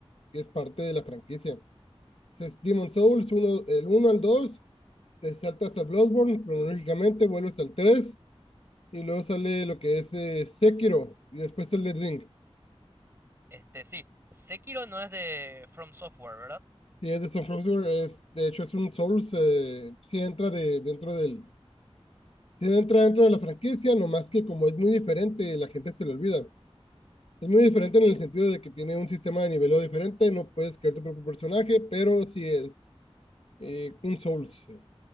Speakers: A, on the left; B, on the right.
A: que es parte de la franquicia. Es Demon Souls, uno, el uno al dos te saltas a Bloodborne, cronológicamente vuelves al 3 y luego sale lo que es eh, Sekiro, y después el Elden Ring.
B: Este, sí, Sekiro no es de From Software, ¿verdad?
A: Y es de Son Software, es, de hecho es un Souls, eh, sí entra de, dentro del, sí entra dentro de la franquicia, nomás que como es muy diferente, la gente se le olvida. Es muy diferente en el sentido de que tiene un sistema de niveleo diferente, no puedes crear tu propio personaje, pero sí es eh, un Souls, pues,